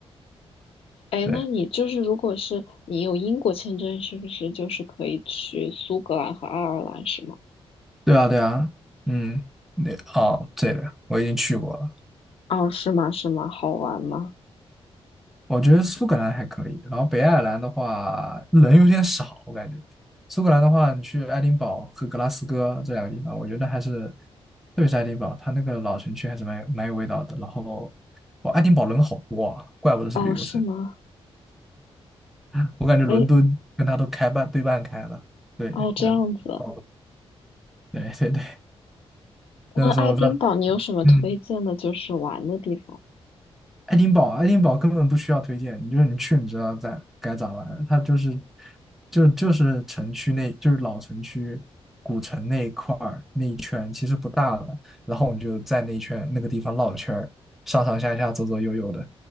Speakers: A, in the centre; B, on the left.
A: <laughs>
B: 哎，
A: 对。
B: 那你就是如果是你有英国签证，是不是就是可以去苏格兰和爱尔兰，是吗？
A: 对啊，对啊，嗯，那哦，这个我已经去过了，
B: 哦，是吗？是吗？好玩吗？
A: 我觉得苏格兰还可以，然后北爱尔兰的话人有点少，我感觉。苏格兰的话，你去爱丁堡和格拉斯哥这两个地方，我觉得还是，特别是爱丁堡，它那个老城区还是蛮有蛮有味道的。然后，哇，爱丁堡人好多啊，怪不得是旅游城。
B: 哦，是吗？
A: <laughs> 我感觉伦敦跟它都开半对半开了，
B: 哎，
A: 对，
B: 哦，这样子。
A: 人，哦对对对，那个时候在，
B: 那爱丁堡你有什么推荐的，
A: 嗯。
B: 就是玩的地方？
A: 爱丁堡，爱丁堡根本不需要推荐，你就是你去你知道在该咋玩儿它就是就就是城区那，就是老城区古城那一块儿那一圈，其实不大了，然后你就在那一圈那个地方绕圈儿，上上下下左左右右的，